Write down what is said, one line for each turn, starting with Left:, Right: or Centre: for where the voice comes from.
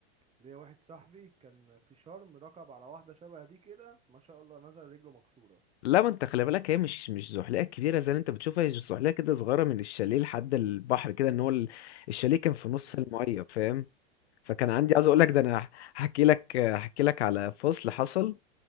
Right: ليا واحد صاحبي كان في شرم ركب على واحده شبه دي كده ما شاء الله نزل رجله مكسوره
Left: لا ما انت خلي بالك هي مش مش زحليقه كبيره زي اللي انت بتشوفها هي زحليقه كده صغيره من الشاليه لحد البحر كده ان هو ال- الشاليه كان في نص
Right: مم.
Left: الميه فاهم فكان عندي
Right: التانية
Left: عايز اقول لك
Right: ك-
Left: ده انا هحكي لك هحكي لك على فصل حصل